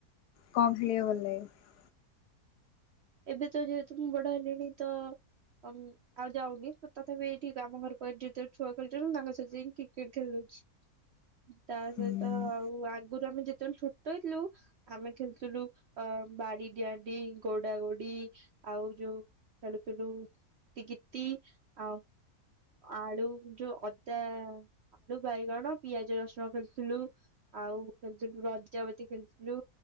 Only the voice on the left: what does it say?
କଣ ଖେଳିବାକୁ ଭଲ ଲାଗେ?
ହୁଁ